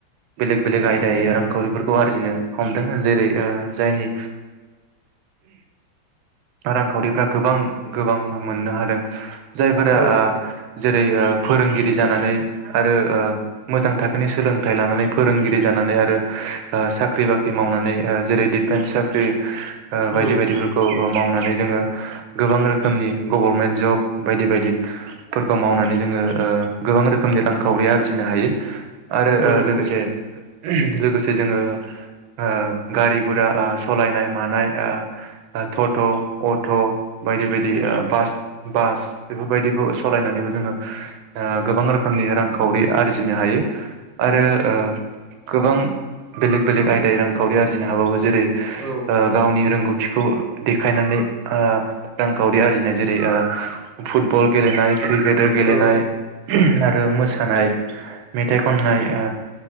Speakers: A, on the right (about 85°); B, in the centre.
A: बेलेग बेलेग आयदायै रांखावरिफोरखौ आरजिनो हमदों। जेरै जायनि रांखावरिफ्रा गोबां गोबां मोननो हादों। जायफोरा
B: औ
A: ज जेरै ओ फोरोंगिरि जानानै आरो ओ मोजां थाखोनि सोलोंथाइ लानानै फोरोंगिरि जानानै आरो ओ साख्रि-बाख्रि मावनानै ओ जेरै डिफेन्स साख्रि ओ
B: औ
A: बायदि बायदिफोरखौ मावनानै जोङो गोबां रोखोमनि गभारनमेन्ट जब बायदि बायदिफोरखौ मावनानै जोङो ओ गोबां रोखोमनि रांखावरि आरजिनो हायो। आरो
B: औ
A: ओ
B: नंगौ
A: लोगोसे-लोगोसे जोङो ओ-ओ गारि गुरा आ सालायनाय मानाय आ टट', अट' बायदि बायदि ओ बास बास बेफोरबायदिखौ सलायनानैबो जोङो ओ गोबां रोखोमनि रांखावरि आरजिनो हायो आरो ओ गोबां बेलेग-बेलेग आयदाय रांखावरि आरजिनो हाबावो जेरै ओ
B: औ
A: गावनि रोंगौथि थिखौ देखायनानै ओ रांखावरि आरजिनाय जेरै ओ फुटबल गेलेनाय, क्रिकेटआव गेलेनाय
B: औ
A: आ आरो मोसानाय, मेथाइ खननाय ओ,